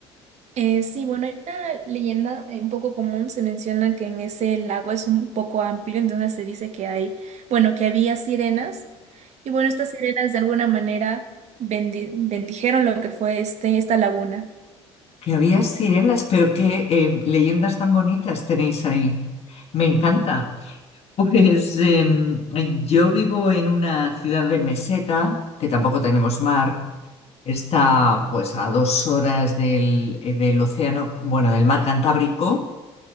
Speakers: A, on the right; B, on the left.
A: Eh, sí, bueno, hay una leyenda eh, un poco común, se menciona que en ese lago es un poco amplio, entonces se dice que hay, bueno, que había sirenas y bueno, estas sirenas de alguna manera bendi- bendijeron lo que fue este, esta laguna.
B: Que había sirenas, pero qué eh, leyendas tan bonitas tenéis ahí. Me encanta. <laughs> Pues em, yo vivo en una ciudad de meseta, que tampoco tenemos mar. Está pues a dos horas del, eh, del océano, bueno, del mar Cantábrico.